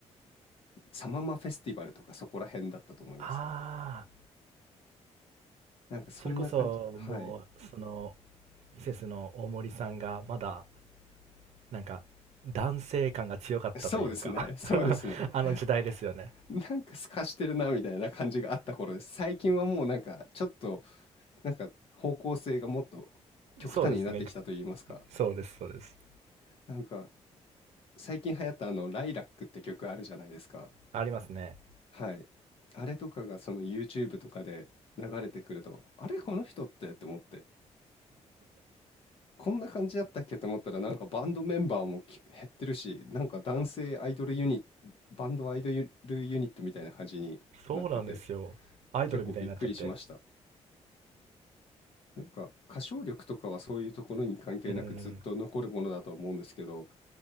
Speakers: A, on the left (about 55°); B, on the right (about 65°).
A: サママフェスティバルとかそこら辺だったと思います。
B: ああ、
A: なんかそんな感じ。
B: それこそもう、
A: はい。
B: その、ミセスの大森さんがまだ、なんか、男性感が強かったというか
A: <laughs> そうですね。そうですね。
B: <laughs> あの時代ですよね。
A: <laughs> なんか透かしてるなみたいな感じがあった頃です。最近はもうなんかちょっと、なんか方向性がもっと極端になってきたと言いますか。
B: そうですね。そうです、そうです。
A: なんか最近流行ったあの、ライラックって曲あるじゃないですか。
B: ありますね。
A: はい。あれとかがその YouTube とかで流れてくると、あれこの人ってって思って、こんな感じだったっけと思ったらなんかバンドメンバーもき減ってるし、なんか男性アイドルユニ、バンドアイドルユニットみたいな感じになってて、
B: そうなんですよ。アイドルみたいになっちゃって。
A: 結構びっくりしました。なんか歌唱力とかはそういうところに関係なくずっと残るものだと思うんですけど、
B: うん。